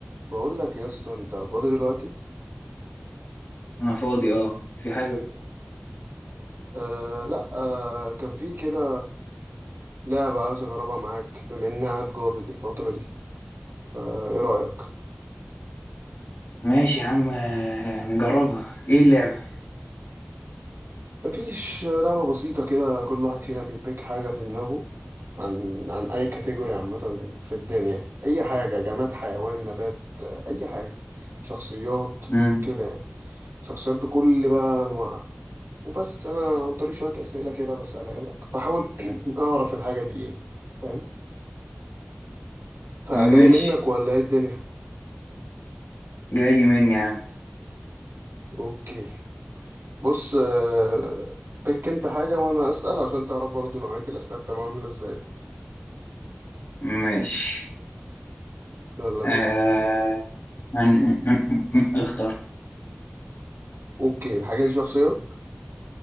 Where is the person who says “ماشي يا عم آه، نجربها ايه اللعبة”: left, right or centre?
Left